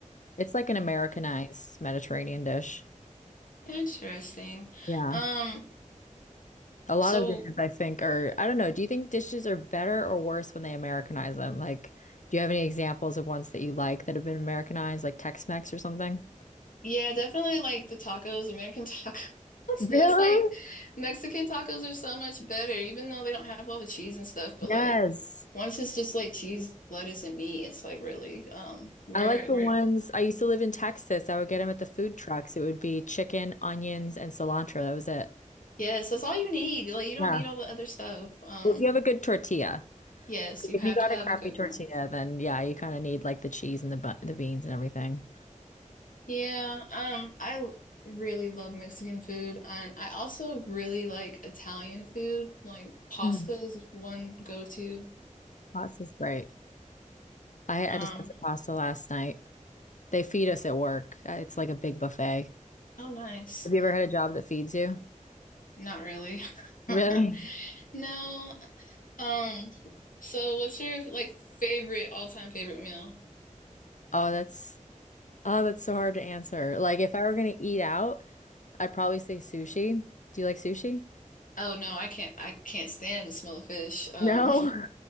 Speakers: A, on the left (about 65°); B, on the left (about 85°).
A: It's like an Americanized Mediterranean dish.
B: Interesting.
A: Yeah.
B: Um,
A: A lot
B: so
A: of dishes, I think, are, I don't know. Do you think dishes are better or worse when they Americanize them? Like, do you have any examples of ones that you like that have been Americanized, like Tex-Mex or something?
B: yeah, definitely like the tacos, American tacos. <laughs>
A: Really?
B: It's like Mexican tacos are so much better, even though they don't have all the cheese and stuff, but
A: Yes.
B: like once it's just like cheese, lettuce, and meat, it's like really, um, where,
A: I like the
B: where,
A: ones I used to live in Texas. I would get them at the food trucks. It would be chicken, onions, and cilantro. That was it.
B: yes, that's all you need. Like you don't
A: Yeah.
B: need all the other stuff. Um,
A: Well, if you have a good tortilla,
B: Yes,
A: like,
B: you
A: if
B: have
A: you got
B: to have
A: a crappy
B: a good
A: tortilla,
B: one.
A: then yeah, you kind of need like the cheese and the bu the beans and everything.
B: Yeah, um, I l- really love Mexican food, and I also really like Italian food. Like pasta
A: Mhm.
B: is one go-to.
A: Pasta's great. I, I
B: Um,
A: just had some pasta last night. They feed us at work. Uh, It's like a big buffet.
B: oh, nice.
A: Have you ever had a job that feeds you?
B: Not really.
A: Really?
B: <laughs> No. Um, so what's your like favorite all-time favorite meal?
A: Oh, that's oh, that's so hard to answer. Like if I were gonna eat out, I'd probably say sushi. Do you like sushi?
B: Oh no, I can't. I can't stand the smell of fish. Um,
A: No. <laughs>